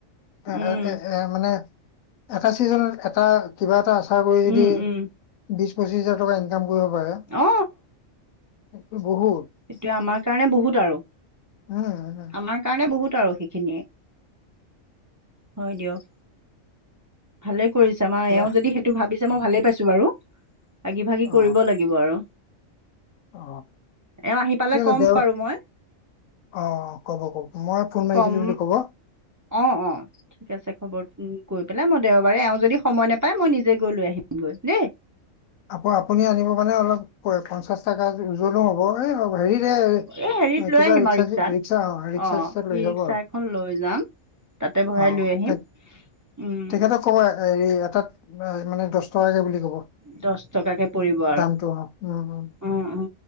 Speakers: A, on the left; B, on the right.
A: এ
B: উম
A: এ এ মানে এটা চিজনত এটা কিবা এটা আচাৰ কৰি যদি
B: উম উম
A: বিশ পঁচিশ হাজাৰ টকা ইনকাম কৰিব পাৰে
B: অ
A: সেটো বহুত
B: এতিয়া আমাৰ কাৰণে বহুত আৰু
A: উম হম
B: আমাৰ কাৰণে বহুত আৰু সেইখিনিয়ে হয় দিয়ক ভালে কৰিছে আমাৰ
A: এতিয়া
B: এওঁ যদি সেইটো ভাবিছে মই ভালে পাইছো বাৰু আগি ভাগি
A: অ
B: কৰিব লাগিব আৰু
A: অ
B: এওঁ আহি পালে
A: ঠিক আছে
B: ক'ম
A: দে
B: বাৰু মই
A: অ অ ক'ব কব মই ফোন মাৰিছিলো
B: ক'ম
A: বুলি কব
B: অ অ ঠিক আছে খবৰ গৈ পেলাই মই দেওবাৰে এওঁ যদি সময় নাপাই মই নিজে গৈ লৈ আহিমগৈ দেই
A: আকৌ আপুনি আনিব মানে অলপ পঞ্চাশ টকা ওজ্বলো হ'ব এই পাৰিৰে
B: এই হেৰিত লৈ
A: কিবা
B: আহিম
A: ৰিক্সা
B: আৰু ৰিক্সাত
A: ৰিক্সা ৰিক্সা
B: অ
A: চিক্সা লৈ
B: ই ৰিক্সা
A: যাব আৰু
B: এখন লৈ যাম তাতে বৰাই
A: অ
B: লৈ আহিম
A: তে
B: উম
A: তেখেতক কব হেৰি এটাত মানে দহ টকাকে বুলি কব।
B: দহ টকাকে পৰিব আৰু।
A: দামটো অ উম উম
B: অ অ